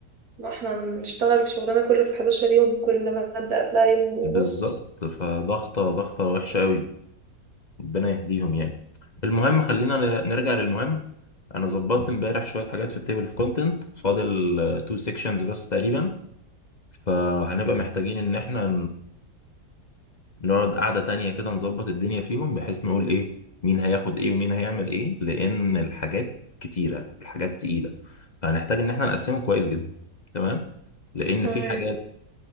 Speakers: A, on the right; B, on the left.
A: ما احنا هنشتغل شغلنا كله في حداشر يوم كل مادة قبلها يوم ونص
B: بالظبط فضغطة ضغطة وحشة أوي ربنا يهديهم يعني المهم خلينا نر- نرجع للمهم أنا ظبطت امبارح شوية حاجات في التيبل في كونتنت فاضل تو سيكشنز بس تقريبا فهنبقى محتاجين إن احنا نقعد قعدة تانية كده نظبط الدنيا فيهم بحيث نقول ايه مين هياخد ايه ومين هيعمل ايه لان الحاجات كتيرة والحاجات تقيلة فهنحتاج ان احنا نقسمه كويس جدا تمام لان
A: تمام
B: في حاجات